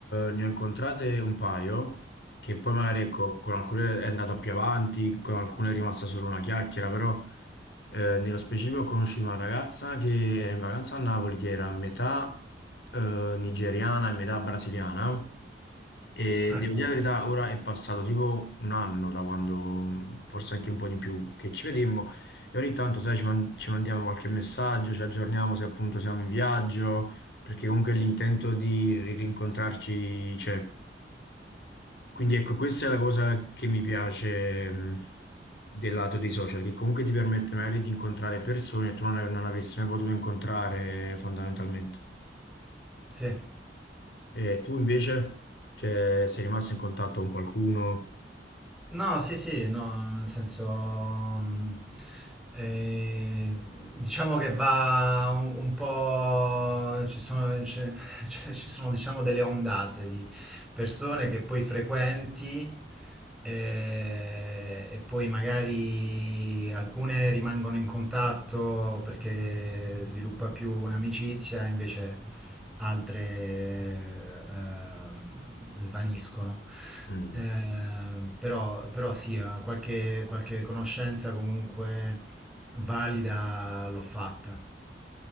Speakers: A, on the left; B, in the centre.
A: ne ho incontrate un paio, che poi magari ecco, con alcune è andata più avanti, con alcune è rimasta solo una chiacchiera, però eh, nello specifico ho conosciuto una ragazza che era in vacanza a Napoli, che era a metà eh, nigeriana e metà brasiliana, e
B: Ah,
A: devo
B: cavolo.
A: dire la verità, ora è passato tipo un anno da quando, forse anche un po' di più, che ci vedemmo, e ogni tanto, sai, ci, man- ci mandiamo qualche messaggio, ci aggiorniamo se appunto siamo in viaggio perché comunque l'intento di ri- rincontrarci c'è. Quindi ecco, questa è la cosa che mi piace mh, del lato dei social, che comunque ti permette magari di incontrare persone che tu non, av- non avresti mai potuto incontrare fondamentalmente.
B: Sì.
A: E tu invece, Cioè, sei rimasto in contatto con qualcuno?
B: No, sì, sì, no, nel senso, mm, eh, diciamo che va un, un po', ci sono, c'è- c'è- ci sono, diciamo, delle ondate di persone che poi frequenti eh, e poi magari alcune rimangono in contatto perché sviluppa più un'amicizia, invece altre eh, svaniscono.
A: Mm.
B: Eh, però, però sì, eh, qualche, qualche conoscenza comunque valida l'ho fatta.